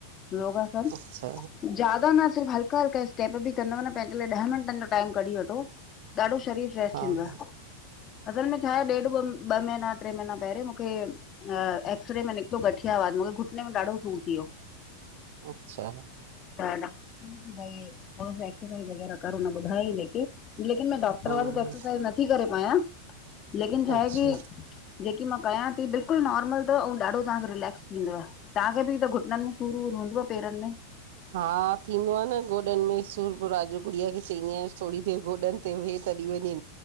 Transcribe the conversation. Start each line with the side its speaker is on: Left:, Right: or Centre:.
Left: लोग अथनि?
Right: अच्छा
Left: जयादा न सिर्फ हल्का-हल्का स्टेप बि कंदव न पंहिंजे लाइ। ॾह मिंटन जो टाइम कढी वठो ॾाढो शरीर टेस्ट
Right: हा
Left: थींदो आ।
Right: हा
Left: असल में छा आए ॾेढ ॿ ॿ महीना ट्रे महीना पेहरे मूंखे हा एक्सरे में निकितो गठिया वात, मुखे घुटने में ॾाढो सूर थियो।
Right: अच्छा
Left: त डाक्टर ने चई कि भई! थोड़ो सो एक्ससाइज वग़ैरह करो हुन ॿुधाइ जेके लेकिन पर‌
Right: हम्म
Left: अॼ कल <unintelligible> एक्सरसाइज नथी करे पायां लेकिन छा आहे
Right: अच्छा
Left: की, जेकी मां कयां ती बिल्कुल नोर्मल तव अऊं ॾाढो तांखे रिलेक्स थींदव। तांखे बि त घुटिननि में सूर वूर हूंदव पेरन में?
Right: हा थींदो आ न! गोॾन में सूर पो राति जो गुड़िया खे चईंदी अयांस थोड़ी देर गोॾन <inaudible> कॾि-कॾि इदां अनि।